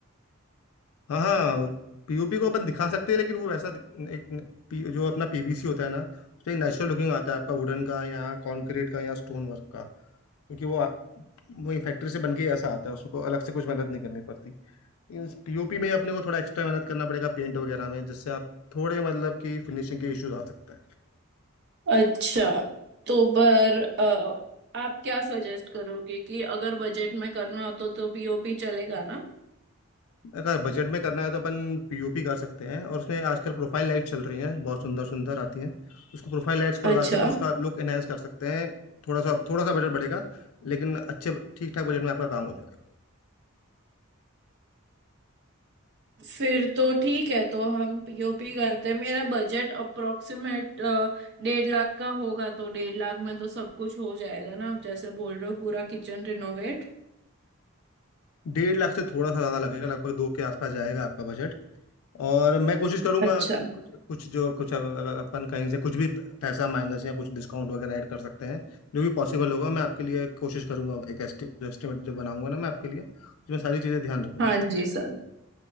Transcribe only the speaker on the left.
हाँ हाँ पीओपी को अपन दिखा सकते हैं लेकिन वो वैसा दिख- एक न- पी- जो अपना पीवीसी होता है ना उसमें एक नेचुरल लुकिंग आता है आपका वुडन का या कॉन्क्रीट का या स्टोन वर्क का क्योंकि वो आ- वही फैक्ट्री से बन के ही ऐसा आता है उसको अलग से कुछ मेहनत नहीं करनी पड़ती पीओपी में अपने को थोड़ा एक्स्ट्रा मेहनत करना पड़ेगा पेंट वगैरह में जिससे आप थोड़े मतलब कि फिनिशिंग के इश्यूज आ सकते हैं
अगर बजट में करना है तो अपन पीओपी कर सकते हैं और उसमें आजकल प्रोफाइल लाइट चल रही हैं बहुत सुंदर सुंदर आती हैं उसको प्रोफाइल लाइट्स को लगा
के अपन उसका लुक एनहेंस कर सकते हैं थोड़ा सा थोड़ा सा बजट बढ़ेगा लेकिन अच्छे ठीक ठाक बजट में आपका काम हो जाएगा
डेढ़ लाख से थोड़ा सा ज़्यादा लगेगा लगभग दो के आसपास जाएगा आपका बजट और मैं कोशिश करूंगा
कुछ कुछ जो कुछ अगर अगर अपन कहीं से कुछ भी पैसा माइनस या कुछ डिस्काउंट वगैरह ऐड कर सकते हैं जो भी पॉसिबल होगा मैं आपके लिए कोशिश करूंगा एक एस्टिमेट जो बनाऊंगा ना मैं आपके लिए उसमें सारी चीज़ें ध्यान रखूंगा